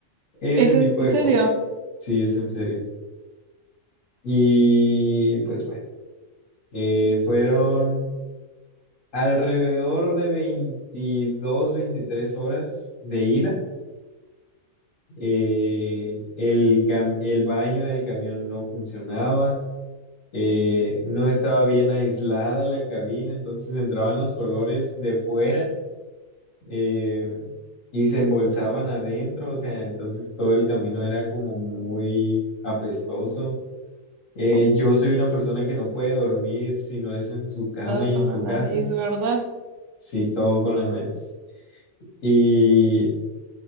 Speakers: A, on the left; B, on the right.
A: ese
B: ¿Es en
A: tipo de
B: serio?
A: cosas. Sí, es en serio. Y pues bueno. Eh, fueron alrededor de 22 23 horas de ida. Eh, el, cam- el baño del camión no funcionaba. eh, no estaba bien aislada la cabina, entonces entraban los olores de fuera eh, y se embolsaban adentro. O sea, entonces todo el camino era como muy apestoso. Eh, yo soy una persona que no puede dormir si no es en su cama
B: Cuidado
A: y
B: con
A: en su
B: la nariz,
A: casa.
B: ¿verdad?
A: Sí, todo con la nariz. Y